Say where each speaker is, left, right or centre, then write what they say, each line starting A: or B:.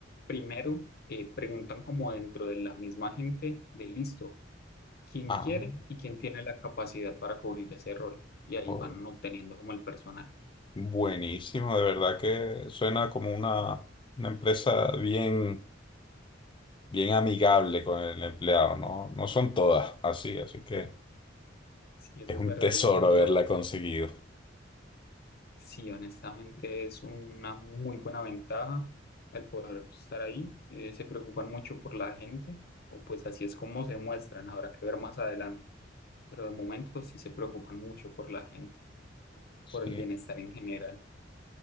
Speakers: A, on the left (about 55°); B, on the left (about 25°).
A: primero eh, preguntan como dentro de la misma gente de listo, quién
B: Ah,
A: quiere y quién tiene la capacidad para cubrir ese rol. Y ahí
B: joder.
A: van obteniendo como el personal.
B: Buenísimo, de verdad que suena como una, una empresa bien, bien amigable con el empleado, ¿no? No son todas así, así que
A: Si eso
B: es un
A: es verdad,
B: tesoro
A: no son
B: haberla
A: todas.
B: conseguido.
A: Sí, honestamente es una muy buena ventaja el poder estar ahí. Eh, se preocupan mucho por la gente, o pues así es como se muestran. Habrá que ver más adelante. pero de momento sí se preocupan mucho por la gente,
B: Sí.
A: por el bienestar en general.